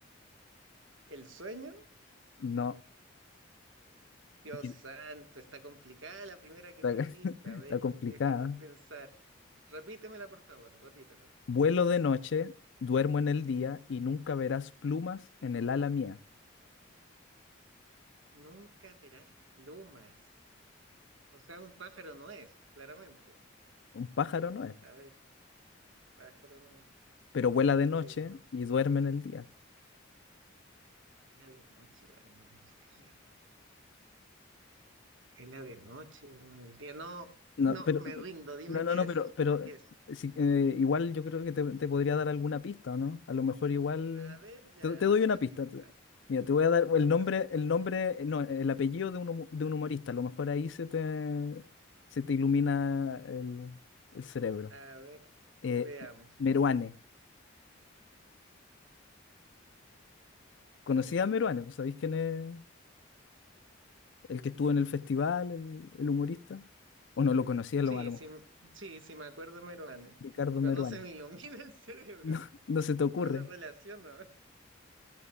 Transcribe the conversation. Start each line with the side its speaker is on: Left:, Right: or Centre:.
Right: ¿El sueño?
Left: No,
Right: Dios
Left: aquí
Right: santo, está complicada la primera que
Left: está,
Right: me dijiste.
Left: <laughs> está
Right: A ver,
Left: complicada.
Right: déjame pensar. Repítemela, por favor, repítemela.
Left: Vuelo de noche, duermo en el día y nunca verás plumas en el ala mía.
Right: Nunca verás plumas. O sea, un pájaro no es, claramente.
Left: Un pájaro no es,
Right: A ver, pájaro no es.
Left: pero vuela
Right: Vuelo
Left: de noche
Right: de noche.
Left: y duerme en el día.
Right: Vela de noche, hermano, el día. Vela de noche, hermano, el día. No,
Left: No,
Right: no,
Left: pero,
Right: me rindo. Dime
Left: no, no,
Right: qué
Left: no,
Right: es,
Left: pero, pero
Right: dime qué es.
Left: sí, eh, igual yo creo que te, te podría dar alguna pista, ¿o no? A lo mejor igual.
Right: A ver, ya,
Left: Te, te
Right: dame
Left: doy
Right: una
Left: una pista.
Right: pista.
Left: te- mira, te voy a dar
Right: Dame
Left: el nombre,
Right: una pista.
Left: el nombre, eh, no, el apellido de un, humo- de un humorista. A lo mejor ahí se te, se te ilumina el, el cerebro.
Right: A ver.
Left: Eh,
Right: Veamos.
Left: Meruane. ¿Conocías
Right: Mané.
Left: a Meruane? ¿Pues ¿Sabéis quién es el que estuvo en el festival, el, el humorista? ¿O no lo conocías a
Right: Sí,
Left: lo, a lo mejor?
Right: sí, sí, sí me acuerdo de Meruane.
Left: Ricardo
Right: Pero
Left: Meruane.
Right: no se me
Left: <laughs>
Right: ilumina <laughs> el cerebro.
Left: No, no se te ocurre.
Right: No lo relaciono.